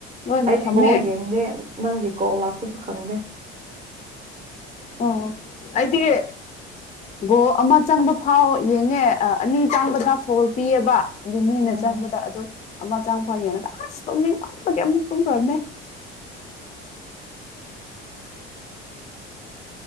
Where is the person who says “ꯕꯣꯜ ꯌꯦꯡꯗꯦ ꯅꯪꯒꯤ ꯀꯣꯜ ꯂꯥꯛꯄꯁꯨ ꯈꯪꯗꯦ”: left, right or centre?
Right